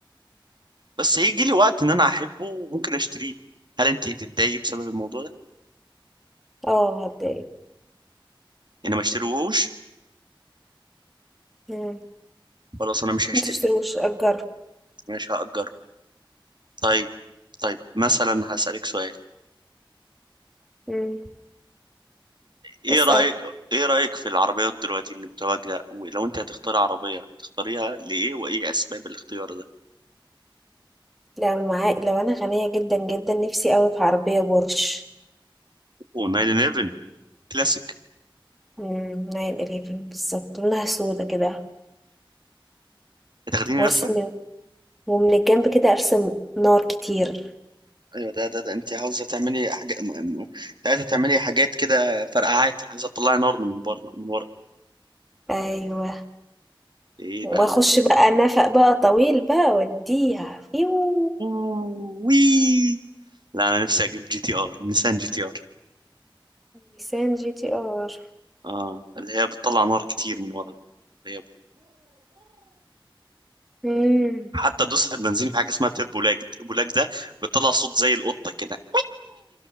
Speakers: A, on the right; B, in the centre.
A: بس هيجي لي وقت ان انا احبه وممكن اشتريه هل انت تتضايقي بسبب الموضوع ده
B: اه هتضايق
A: يعني ما اشتريهوش
B: مم.
A: خلاص انا مش هشتري
B: متشتروش أجره
A: مش هأجره طيب طيب مثلا هسألك سؤال
B: مم.
A: ايه
B: اسأل
A: رأيك ايه رأيك في العربيات دلوقتي اللي متواجدة ولو انت هتختار عربية تختاريها ليه وايه اسباب الاختيار ده
B: لو معايا لو انا غنية جدا جدا نفسي قوي في عربية بورش
A: و911 كلاسيك
B: مم، 911 بالظبط لونها سودا كده
A: هتاخديني
B: وارسم
A: لفة
B: من ومن الجنب كده ارسم نار كتير
A: ايوه ده ده, ده انت عاوزه تعملي حاجه م- م- عايزه تعملي حاجات كده فرقعات عايزه تطلعي نار من بره من ورا
B: ايوه
A: ايه
B: واخش
A: بقى
B: بقى نفق بقى طويل بقى واديها فيو
A: وي لا انا نفسي اجيب جي تي ار نيسان جي تي ار
B: نيسان جي تي ار
A: اه اللي هي بتطلع نار كتير من ورا اللي هي
B: مم.
A: حتى دوسة البنزين في حاجه اسمها تربو لاج التربو لاج ده بتطلع صوت زي القطه كده